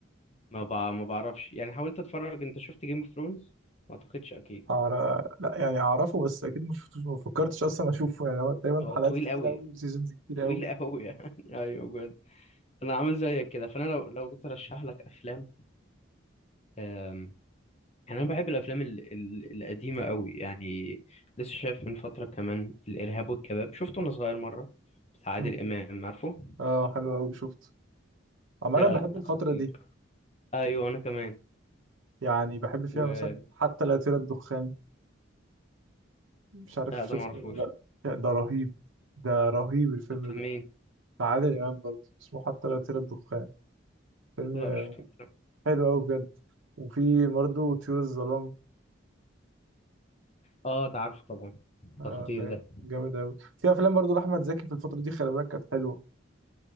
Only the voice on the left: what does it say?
ما بع... ما بعرفش يعني حاولت اتفرج انت شفت جيم اوف ثرونز ما اعتقدش اكيد
هو
طويل
قوي
طويل
قوي يعني <laughs> ايوه بجد انا عامل زيك كده فانا لو لو جيت ارشح لك افلام أم... يعني انا بحب الافلام ال... ال... القديمه قوي يعني لسه شايف من فتره كمان الارهاب والكباب شفته وانا صغير مره بتاع عادل
امام عارفه
ده
ده
خطير
ايوه انا كمان
و
لا ده
ما اعرفوش
ده بتاع
مين
لا مش شفتوش ده.
اه ده عارفه طبعا ده
خطير
ده